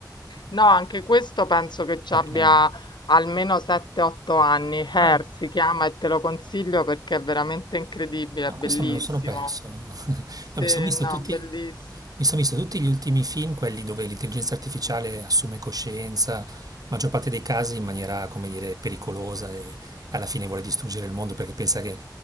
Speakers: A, on the left; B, on the right.
A: No, anche questo penso che ci
B: qualche
A: abbia
B: anno?
A: almeno 7-8 anni. Hair
B: Ah,
A: si chiama e te lo consiglio perché è veramente incredibile,
B: ah,
A: è bellissimo.
B: questo me lo sono perso. No,
A: Sì,
B: mi sono visto
A: no,
B: tutti,
A: bellissimo.
B: mi son visto tutti gli ultimi film, quelli dove l'intelligenza artificiale assume coscienza, maggior parte dei casi in maniera, come dire, pericolosa e alla fine vuole distruggere il mondo perché pensa che